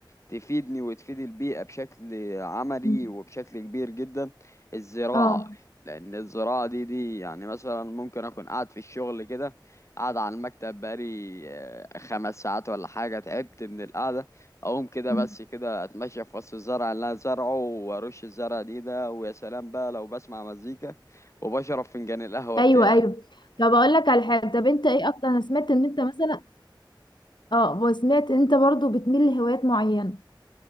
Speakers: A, on the left; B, on the left.
A: تفيدني وتفيد البيئة بشكل عملي
B: مم.
A: وبشكل كبير جدا الزراعة
B: اه
A: لأن الزراعة دي دي يعني مثلا ممكن أكون قاعد في الشغل كده قاعد على المكتب بقالي آه، خمس ساعات ولا حاجة تعبت من القعدة أقوم كده
B: مم.
A: بس كده أتمشى في وسط الزرع اللي أنا زارعه وأرش الزرع دي ده ويا سلام بقى لو بسمع مزيكا وبشرب فنجان القهوة
B: ايوه
A: بتاعي
B: ايوه طب اقول
A: يعني
B: لك على حاجه طب انت ايه اكتر انا سمعت ان انت مثلا اه وسمعت ان انت برضو بتميل لهوايات معينه